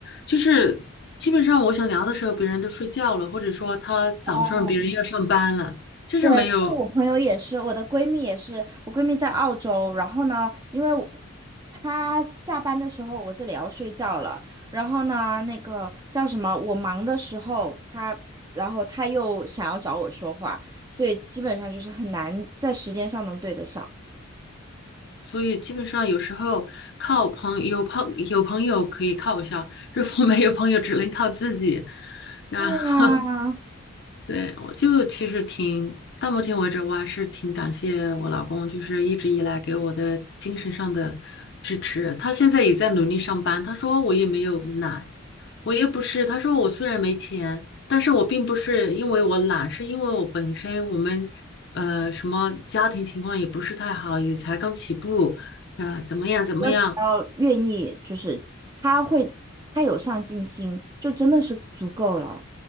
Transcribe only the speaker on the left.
就是基本上我想聊的时候，别人都睡觉了，或者说他早上别人要上班了，
就是没有。
所以基本上有时候靠朋有朋有朋友可以靠一下，如果没有朋友，只能靠自己。然后
对，我就其实挺，到目前为止，我还是挺感谢我老公，就是一直以来给我的精神上的支持。他现在也在努力上班，他说我也没有懒，我又不是，他说我虽然没钱，但是我并不是因为我懒，是因为我本身我们呃什么家庭情况也不是太好，也才刚起步，呃怎么样怎么样，